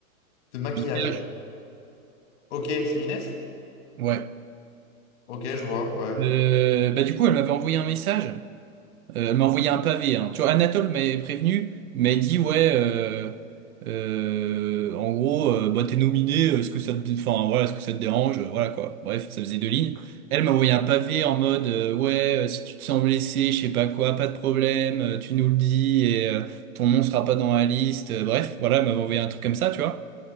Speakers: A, on the left; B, on the right.
A: De maquillage.
B: en maquillage.
A: Ok, c'est Inès?
B: Ouais.
A: Ok, je vois, ouais,
B: Euh, bah, du coup, elle m'avait envoyé un message. Euh, elle m'a envoyé un pavé. Hein. Tu vois, Anatole m'avait prévenu, m'avait dit ouais, euh, euh, en gros, euh, bah, t'es nominé. Est-ce que ça te, dé- enfin voilà, est-ce que ça te dérange? Euh, Voilà quoi. Bref, ça faisait deux lignes. Elle m'a envoyé un pavé en mode euh, ouais, euh, si tu te sens blessé, je sais pas quoi, pas de problème, euh, tu nous le dis et euh, ton nom sera pas dans la liste. Euh, bref, voilà, elle m'avait envoyé un truc comme ça, tu vois.